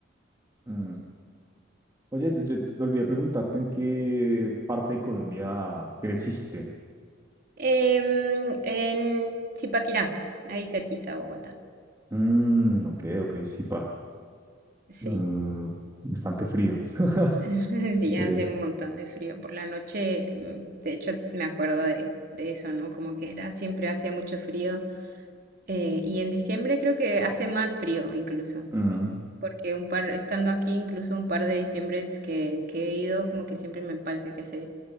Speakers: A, on the right; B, on the right.
A: mm. Oye, te- yo te olvidé preguntarte en qué parte de Colombia creciste.
B: Em, en Zipaquirá, ahí cerquita a Bogotá.
A: Mm, ok, ok, sí, pa.
B: Sí.
A: Mm, bastante frío. <laughs>
B: <laughs> Sí, hace
A: Ok,
B: un montón de frío por la noche. mm, De hecho, me acuerdo de, de eso, ¿no? Como que era siempre hacía mucho frío. eh, y en diciembre creo que hace más frío incluso.
A: mm,
B: porque un par, estando aquí, incluso un par de diciembres que, que he ido, como que siempre me parece que hace